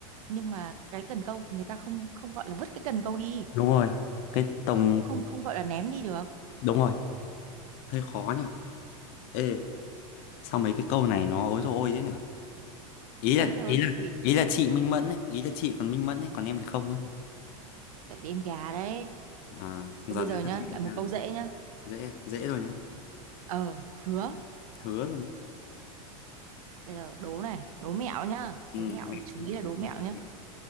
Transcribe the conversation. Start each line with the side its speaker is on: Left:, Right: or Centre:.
Right: nhưng mà cái cần câu thì người ta không không gọi là vứt cái cần câu đi
Left: Đúng rồi, cái tổng
Right: cũng không không gọi là ném đi được
Left: đúng rồi, hơi khó nhỉ. Ê, sao mấy cái câu này nó ối rồi ôi thế nhỉ? Ý
Right: ôi
Left: là
Right: giời
Left: ý
Right: ơi
Left: là
Right: cái gì
Left: ý là chị minh mẫn ấy, ý là chị còn minh mẫn ấy, còn em thì không ấy.
Right: tại vì em gà đấy
Left: À, giờ
Right: Thôi bây
Left: đến
Right: giờ nhá
Left: các chị thì
Right: lại một
Left: sao đấy?
Right: câu dễ nhá
Left: Dễ à? dễ rồi nhá.
Right: ờ hứa
Left: Hứa luôn đấy.
Right: bây giờ đố này đố mẹo nhá đố
Left: Ừ,
Right: mẹo
Left: mẹ
Right: chú
Left: mẹ-
Right: ý là
Left: mẹ
Right: đố mẹo nhá